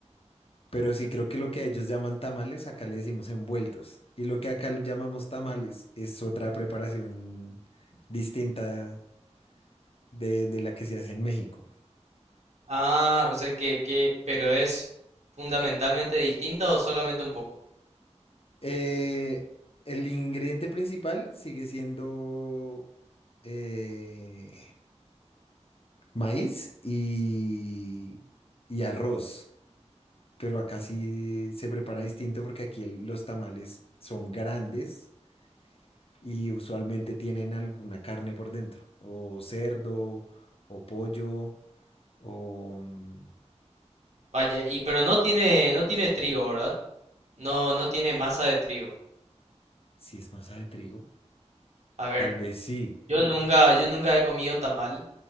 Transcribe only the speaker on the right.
Ah, o sea que, que, pero es fundamentalmente distinta o solamente un poco.
Vaya, y pero no tiene, no tiene trigo, ¿verdad? No, no tiene masa de trigo.
A ver,
yo nunca, yo nunca he comido tamal,